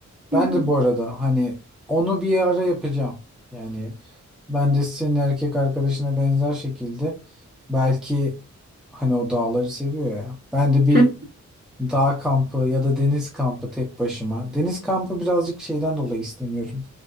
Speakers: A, on the right; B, in the centre.
A: Hı
B: ben
A: hı.
B: de bu arada hani onu bir ara yapacağım. Yani ben de senin erkek arkadaşına benzer şekilde belki Hani o dağları seviyor ya. Ben de bir
A: <laughs> Hı.
B: dağ kampı ya da deniz kampı tek başıma. Deniz kampı birazcık şeyden dolayı istemiyorum.